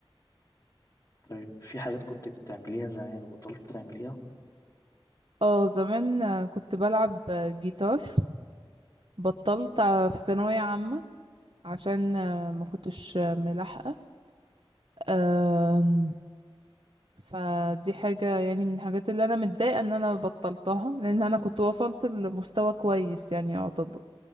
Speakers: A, on the left; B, on the right.
A: طيب في حاجات كنت بتعمليها زمان وبطلت تعمليها
B: اه زمان آه، كنت بلعب آه، جيتار بطلت
A: مم.
B: آه، في ثانوية عامة عشان آه، ما كنتش آه، ملاحقة أم، فدي حاجة يعني من الحاجات اللي انا متضايقة ان انا بطلتها لان انا كنت وصلت لمستوى كويس يعني يعتبر